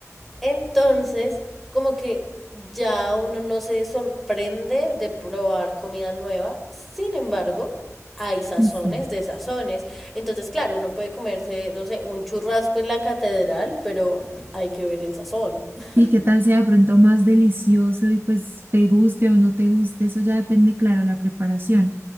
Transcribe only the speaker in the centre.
Entonces, como que ya uno no se sorprende de probar comida nueva. Sin embargo, hay sazones
de sazones. Entonces, claro, uno puede comerse, no sé, un churrasco en la catedral, pero hay que ver el sazón. <laughs>